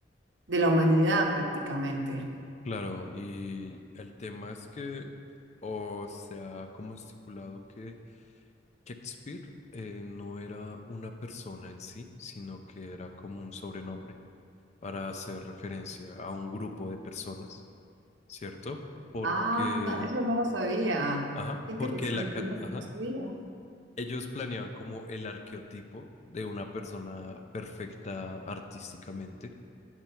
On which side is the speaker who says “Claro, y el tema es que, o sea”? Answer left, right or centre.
Left